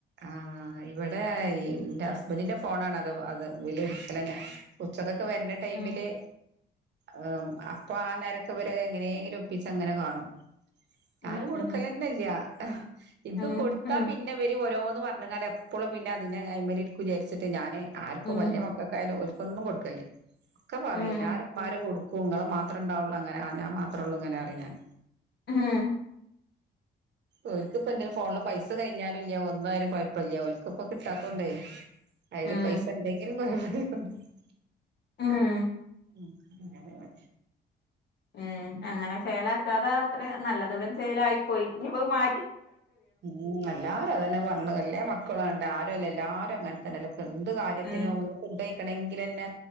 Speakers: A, on the right (about 60°); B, on the left (about 60°).
A: ആഹ് ആ ഇവിടെ ഈ ഇന്റെ ഹസ്ബന്റിന്റെ ഫോണ ആണത് അത് ഇവല് ഇടുക്കലന്നെ ഉച്ചക്കൊ ക്കെ വര്ന ടൈമില്
B: ഉം
A: അഹ് അപ്പൊ ആ നേരൊക്ക ഇവരത് എങ്ങനെയെലും ഒപ്പിച്ചങ്ങനെ കാണും ഞാന്
B: ഉം
A: കൊടുക്കലന്നല്ല
B: ഉം
A: ഇത്
B: ഉം
A: കൊടുത്താ
B: ഉം
A: പിന്നെ ഇവ ഓരോന്ന് പറഞ്ഞ്കാണ്ട് എപ്പളും പിന്നെ അതിന് അയിമ്മലിരിക്കും വിചാരിച്ചിട്ട് ഞാന് ആർക്കും
B: ഉം
A: വലിയ മക്കൾക്കായാലും ഓൽ ക്കൊന്നും കൊടുക്കല്ല ഒക്കെ പറയും
B: ഉം
A: എല്ലാരെ ഇപ്പാരും കൊടു ക്കും ഇങ്ങള് മാത്രം ഉണ്ടാവുള്ളൂ അങ്ങനെ ആ ഞാൻ മാത്രേ ഉള്ളൂ ഇങ്ങനെ പറീം ഞ്ഞാൻ
B: ഹേ
A: ഓര്ക്ക് ഇപ്പൊ ഫോണിൽ പൈസ കൈഞാൽ ല്യ ഒന്നും അയ്ന് കുഴപ്പില്ല ഓൽക്ക് ഇപ്പൊ കിട്ടാത്തോണ്ടേ അയ്ല്
B: ഉം
A: പൈസ ഇണ്ടെങ്കിലും കൊഴ <unintelligible>
B: ആഹ്
A: ഉം അങ്ങനെണ്
B: ഏഹ് അങ്ങനെ ചേലാക്കാതെ അത്രിം നല്ലത് ഇവിടെ ൻ ചേലായി പോയി ഇഞ്പ്പത് മാ
A: ഊം എല്ലാരും അതന്നെ പറഞ്ഞത് എല്ലേ മക്കളും അങ്ങൻ ന്നെ ആരു അല്ല എല്ലാരും അങ്ങനെ തന്നെല്ല എന്ത് കാര്യത്തിനും
B: ഉം
A: ഒന്ന് ഫുഡ്‌ കഴിക്കണങ്കിലന്നെ